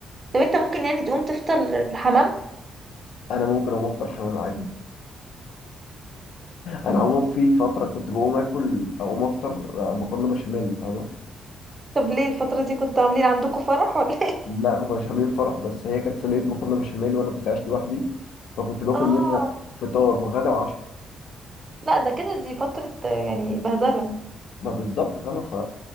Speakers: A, on the right; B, on the left.
A: طب أنت ممكن يعني تقوم تفطر حمام
B: انا ممكن اقوم افطر حمام عادي انا عموما في فتره كنت بقوم اكل اقوم افطر آه، مكرونه بشاميل فاهمه
A: طب ليه الفترة دي كنتوا عاملين عندكم فرح ولا ايه
B: لا ما كناش عاملين فرح بس هي كانت صينية مكرونة بشاميل وأنا كنت عايش لوحدي فكنت باكل
A: اه
B: منها فطار وغدا وعشاء
A: لا ده كده دي فترة آه، يعني بهدلة
B: ما بالظبط فاهمة ف